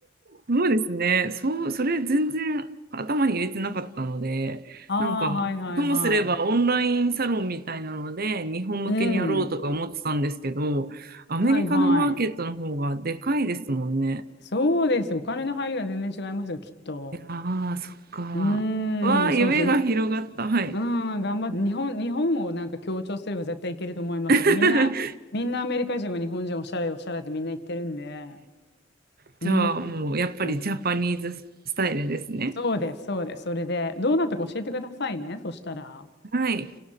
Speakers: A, on the right; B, on the left.
A: そうですね。そう、それ全然頭に入れてなかったので、
B: ああ、
A: なんか、
B: はいはいはい。
A: ともすればオンラインサロンみたいなので、日本向けにやろうとか思ってたんですけど、
B: うん。
A: アメリカのマーケットの方がでかいですもんね。
B: はいはい。そうです。お金の入りが全然違いますよ、きっと。
A: いやー、そっか。
B: うーん、
A: わあ、
B: そうそう。
A: 夢が広がった。
B: に
A: はい。
B: うーん、頑張って。
A: うん
B: 日本、日本をなんか強調すれば絶対いけると思いますよ。
A: <laughs>
B: みんな、みんなアメリカ人は日本人おしゃれおしゃれってみんな言ってるんで。
A: じゃあ、
B: うー
A: もうやっぱりジャパニーズスタイルですね。
B: ん。そうです、そうです。それで、どうなったか教えてくださいね。そしたら。
A: はい。